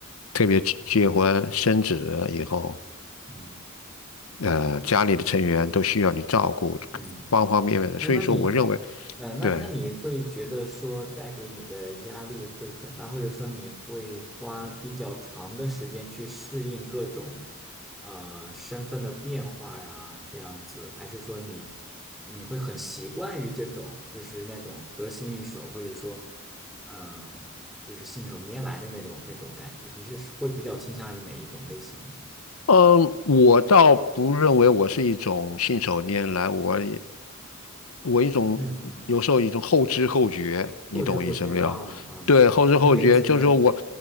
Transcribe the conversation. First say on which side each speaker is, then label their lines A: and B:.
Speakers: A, on the left; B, in the centre.
A: 特别结结婚生子以后，
B: 嗯。
A: 呃，家里的成员都需要你照顾，
B: 嗯嗯，
A: 方方面面的。所以说，
B: 哎，那你，
A: 我认为，
B: 呃，那那你会觉得说带给你的压力会很大，
A: 对，
B: 或者说你会花比较长的时间去适应各种呃身份的变化呀，这样子，还是说你你会很习惯于这种就是那种得心应手，或者说嗯、呃就是信手拈来的那种那种感觉？你是会比较倾向于哪一种类型的？
A: 嗯，我倒不认为我是一种信手拈来，我也我一种有时候一种后知后觉，
B: 嗯嗯，
A: 你懂我意思没有？
B: 后知后觉啊啊，
A: 对，
B: <laughs>
A: 后知后觉就是说我，
B: 这个词用来挺。